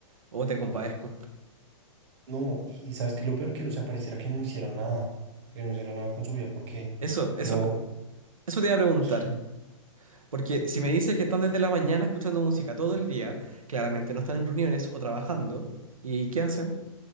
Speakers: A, on the right; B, on the right.
A: Oh, te compadezco.
B: No, y, y sabes que lo peor que, o sea, pareciera que no hicieran nada, que no hicieran nada con su vida, porque
A: Eso, eso,
B: no,
A: eso te iba a preguntar.
B: s-
A: Porque si me dices que están desde la mañana escuchando música todo el día, claramente no están en reuniones o trabajando. ¿Y qué hacen?